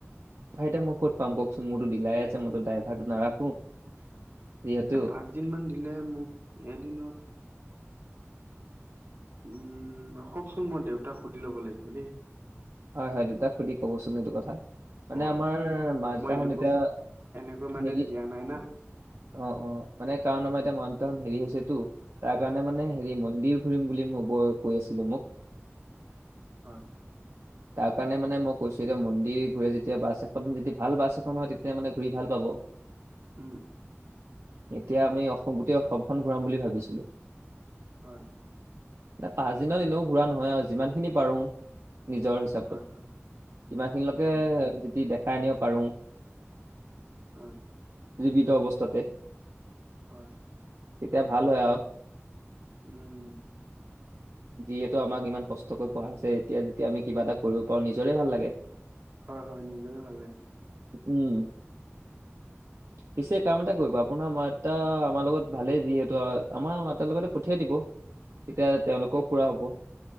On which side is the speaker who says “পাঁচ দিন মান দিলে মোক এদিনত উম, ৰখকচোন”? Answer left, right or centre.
Right